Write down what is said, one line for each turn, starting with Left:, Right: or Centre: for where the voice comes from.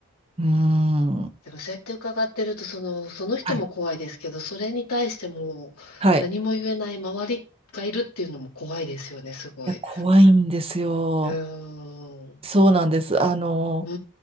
Right: うーん。
Left: でもそうやって伺ってると、その、その人も怖いですけど、
Right: はい。
Left: それに対してもう何も言えない周りがいるっていうのも怖いですよね、
Right: はい。い
Left: すごい。
Right: や、怖いんですよ。
Left: うーん。
Right: そうなんです。あの、
Left: うー